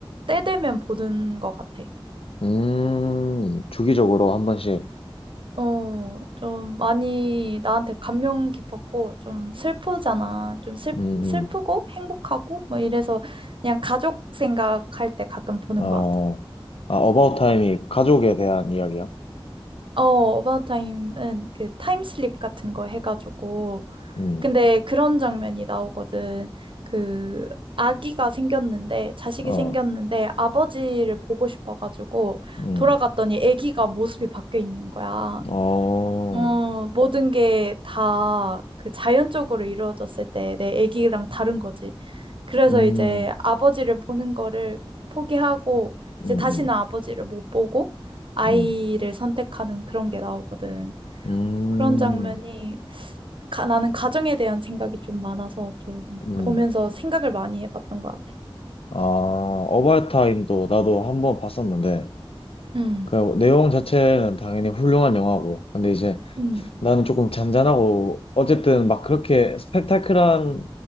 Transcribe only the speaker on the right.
때 되면 보는 것 같아.
어, 좀 많이 나한테 감명 깊었고, 좀 슬프잖아. 좀 슬,
슬프고 행복하고, 뭐 이래서 그냥 가족 생각할 때 가끔 보는
것 같아.
어, 어바웃 타임은 그 타임슬립 같은 거 해가지고,
근데 그런 장면이 나오거든. 그 아기가 생겼는데 자식이
생겼는데 아버지를 보고 싶어가지고
돌아갔더니 아기가 모습이 바뀌어 있는 거야.
어, 모든 게 다 그 자연적으로 이루어졌을 때 내 아기랑 다른 거지. 그래서
이제 아버지를 보는 거를 포기하고 이제
다시는
아버지를 못 보고 아이를
선택하는 그런 게 나오거든.
그런 장면이 가, 나는 가정에 대한 생각이 좀 많아서 좀
보면서 생각을 많이 해봤던 것 같아.
음,
음.